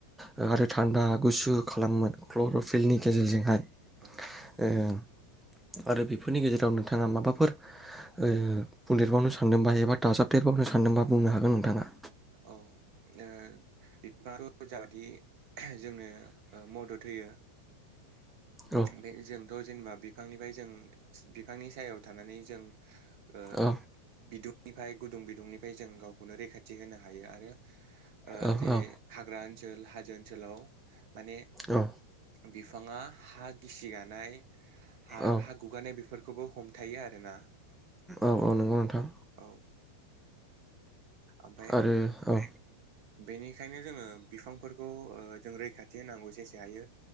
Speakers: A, in the centre; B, on the right (about 45°).
A: ओ आरो था थान्दा गुसु खालामोमोन क्लर'फिलनि गेजेरजोंहाय।
B: औ।
A: ओं। आरो बेफोरनि गेजेराव नोंथाङा माबाफोर बुंदेरबावनो सानदोंबा एबा दाजाबदेरबावनो सानदोंबा बुंनो हागोन नोंथाङा।
B: औ। ओ बिफाङाथ' जाबादि जोंनो मदद होयो।
A: औ
B: बे जोंथ' जेनेबा बिफांनिफाय जों बिफांनि सायाव थानानै जों ओ
A: औ
B: बिदुं निफाय गुदुं बिदुंनिफाय जों गावखौनो रैखा थि होनो हायो आरो ओ
A: औ
B: जेरै
A: औ
B: हाग्रा ओन सोल हाजो ओनसोलाव माने
A: औ
B: बि फाङा हा गिसिगानाय हा
A: औ
B: हा गुगानाय बेफोर खौबो हमथायो आरोना।
A: औ औ नंगौ नोंथां
B: औ ओमफ्राय
A: आरो औ
B: बेनिखायनो जोङो बिफांफोरखौ ओ जों रैखाथि होनांगौ जेसे हायो।